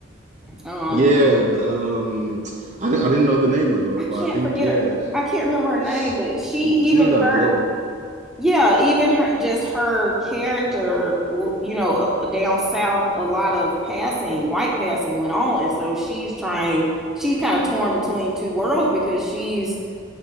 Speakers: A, in the centre; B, on the right.
A: Um,
B: Yeah, th- um, I di- I didn't know the name as well,
A: I
B: but
A: can't
B: I think
A: forget
B: yeah,
A: her. I can't remember her name,
B: she,
A: but she
B: she killed
A: even
B: that
A: her
B: role.
A: Yeah, even her, just her character, w- you know, down south, a lot of passing, white passing went on. And so she's trying, she's kind of torn between two worlds because she's